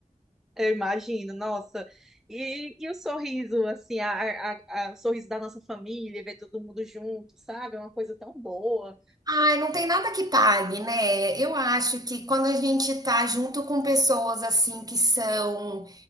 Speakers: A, in the centre; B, on the right.
A: Eu imagino, nossa. E, e o sorriso, assim, a, a- a- o sorriso da nossa família, ver todo mundo junto, sabe? É uma coisa tão boa.
B: Ai, não tem nada que pague, né? Eu acho que quando a gente tá junto com pessoas assim que são